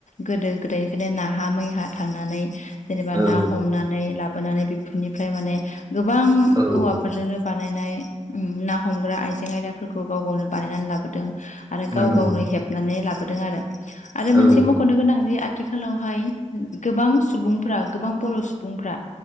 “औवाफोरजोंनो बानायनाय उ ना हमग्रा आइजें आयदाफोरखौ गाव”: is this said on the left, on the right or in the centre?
Left